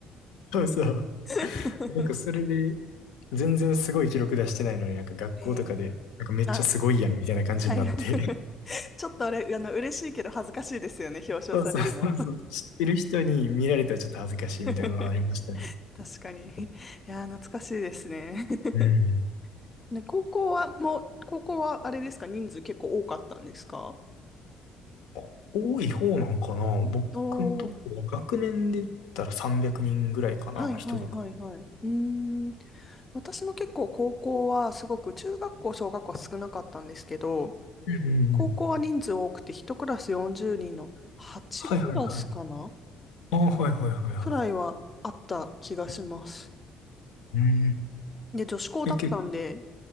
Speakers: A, on the left; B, on the left.
A: そうそう。
B: <laughs>
A: なんかそれで、全然すごい記録出してないのになんか学校とかで、
B: ええ
A: なんかめっちゃすごいやんみたいな感じになって、
B: あ、はい。<laughs> ちょっとあれ、あの、嬉しいけど恥ずかしいですよね、表彰されるの。
A: <laughs> そうそうそうそう、知ってる人に見られたらちょっと恥ずかしいみたいなのはありましたね。
B: <laughs> 確かに。いやー、懐かしいですね。<laughs>
A: うん。
B: ね、高校は、もう、高校はあれですか、人数結構多かったんですか
A: あ多い方なんかな僕のとこは学年で言ったら300人ぐらいかな、
B: おー、はいはいはいはい。
A: 一学
B: うーん。私も結構高校はすごく中学校、小学校は少なかったんですけど、
A: うんうんうん。
B: 高校は人数多くて、1クラス40人の8クラスかな
A: はいはいはい。ああ、はいはいはいは
B: くらいはあった気がします。
A: い。うん。
B: で、女子校だったんで、
A: え、け、